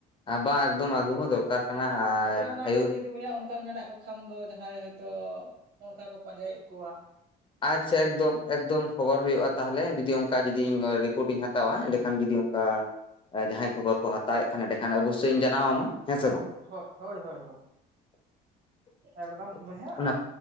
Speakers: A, on the left; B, on the right.
A: ᱵᱟᱝ ᱮᱠᱫᱚᱢ ᱟᱹᱜᱩ ᱦᱚᱸ ᱫᱚᱨᱠᱟᱨ ᱠᱟᱱᱟ,
B: ᱟᱯᱮ
A: ᱟᱨ
B: ᱚᱱᱟ
A: ᱟᱭᱩ
B: ᱠᱚᱨᱮ ᱡᱩᱫᱤ ᱵᱚᱭᱦᱟ ᱚᱱᱠᱟᱱ ᱢᱮᱱᱟᱜ ᱠᱚ ᱠᱷᱟᱱ ᱫᱚ ᱡᱟᱦᱟᱸᱭ ᱦᱚᱭᱛᱚ ᱚᱱᱠᱟ ᱠᱚ ᱯᱟᱸᱡᱟᱭᱮᱫ ᱠᱚᱣᱟ
A: ᱟᱪᱪᱷᱟ ᱮᱠᱫᱚᱢ ᱮᱠᱫᱚᱢ ᱠᱷᱚᱵᱚᱨ ᱦᱩᱭᱩᱜᱼᱟ ᱛᱟᱦᱚᱞᱮ ᱡᱩᱫᱤ ᱚᱱᱠᱟ ᱡᱩᱫᱤ ᱨᱤᱯᱳᱴ ᱤᱧ ᱦᱟᱛᱟᱭᱟ ᱮᱸᱰᱮᱠᱷᱟᱱ ᱡᱩᱫᱤ ᱠᱟ ᱡᱟᱦᱟᱸᱭ ᱠᱚᱵᱚᱨ ᱠᱚ ᱦᱟᱛᱟᱣᱮᱫ ᱠᱷᱟᱱ ᱰᱮᱸ ᱠᱷᱟᱱ ᱚᱵᱚᱥᱥᱳ ᱤᱧ ᱡᱟᱱᱟᱣ ᱟᱢᱟ ᱦᱮᱸ ᱥᱮ ᱵᱟᱝ
B: ᱦᱳᱭ ᱦᱳᱭ ᱦᱳᱭ ᱦᱳᱭ
A: ᱾
B: ᱮᱠᱫᱚᱢ ᱵᱚᱭᱦᱟ
A: ᱚᱱᱟ